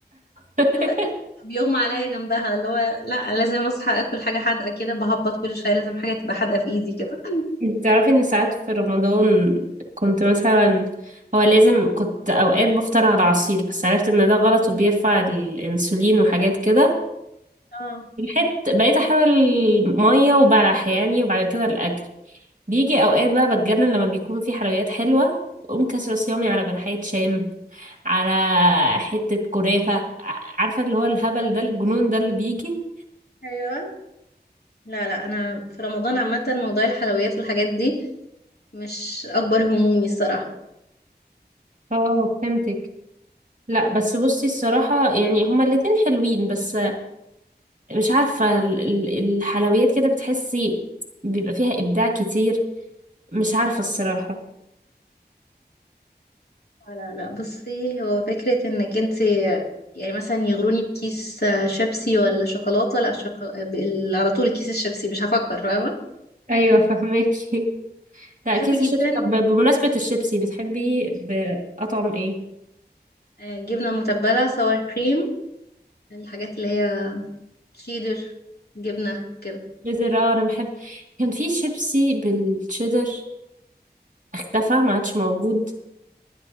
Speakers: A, on the right; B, on the left.
A: <laughs>
B: هو بيغمى عليا جنبها اللي هو لا لازم اصحى اكل حاجه حادقه كده بهبط كل شويه لازم حاجه تبقى حادقه في ايدي كده
A: انتي تعرفي ان ساعات في رمضان كنت مثلا هو لازم كنت اوقات بفطر على عصير بس عرفت ان ده غلط وبيرفع الانسولين وحاجات كده
B: اه
A: الحت بقيت احاول ميه وبلح يعني وبعد كده الاكل بيجي اوقات بقى بتجنن لما بيكون في حلويات حلوه اقوم كسر صيامي على بلحية شام على حته كنافه ع- عارفه اللي هو الهبل ده الجنون ده اللي بيجي
B: ايوه لا لا انا في رمضان عامه موضوع الحلويات والحاجات دي مش اكبر همومي الصراحه
A: اه فهمتك لا بس بصي الصراحة يعني هما الاتنين حلوين بس مش عارفة ال- ال- الحلويات كده بتحسي بيبقى فيها إبداع كتير مش عارفة الصراحة
B: لا لا بصي هو فكره انك انت يعني مثلا يغروني بكيس شيبسي ولا شوكولاته لا شوكو... بال- على طول كيس الشيبسي مش هفكر فاهمه
A: ايوه فهماكي <laughs>
B: بحب
A: لا كيس
B: جدا
A: الشيبسي طب بمناسبة الشيبسي بتحبي بأطعم ايه؟
B: آه، جبنه متبله سوار كريم الحاجات اللي هي شيدر جبنه كده
A: شيدر اه انا بحب كان في شيبسي بالشيدر اختفى ما عادش موجود